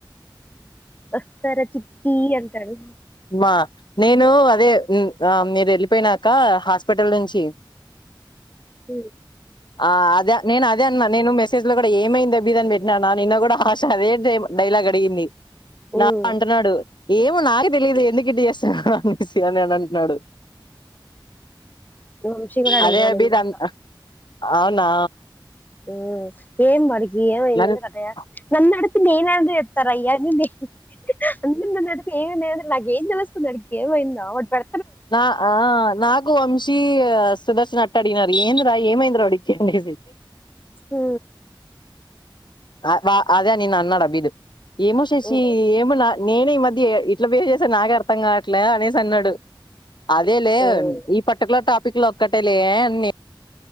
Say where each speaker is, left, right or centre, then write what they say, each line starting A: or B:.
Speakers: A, on the left; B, on the left.
A: వస్తార చిట్టి అంటాడు.
B: వ నేను అదే మ్ అ మీరేళ్ళిపోయినాక హాస్పిటల్ నుంచి
A: ఉ
B: ఆ అదా నేను అదేన్న నేను మెసేజ్ లో కూడా ఏమైంది దబ్బిదాని పెట్టినా నిన్న కూడా ఆశ అదే ఎలాగడిగింది
A: హ్మ్
B: నాకు అంటున్నాడు ఏమో నాకే తెలిదు ఎందుకు ఇటు చేస్తా అనేసి అనన్ నాడు
A: వంశీ కూడా అడిగినాడు
B: అదే బి
A: ఇందాక
B: దన్ హ అవునా
A: మ్ ఏం వడికి ఎంవైంది
B: నన్
A: ఎందుకట్టచేస్తా నన్నడుతే నేన అందేతారాయ్య నేన అన్నంనడుతే నగేన్స్త సుందడికి కేవైందా అని పెడ
B: నా ఆ నాకు వంశీ సుదర్శన అట్టగిడినారు ఏంద త ఏమైంది రా వాడిచ్చిండేసి
A: ఉ
B: ఆ వ అదే నిన్న అన్నాడుబ్బిదు ఏమో శశి
A: హ్మ్
B: ఏమో ల నేనే ఈ మధ్య ఏ ఇట్లా బిహే చేసాను నాకే అర్థంగాట్లే అనేసి అన్నాడు. అదేలే
A: హ్మ్
B: ఈ పర్టికులర్ టాపిక్ లో ఒక్కటే లే అన్ని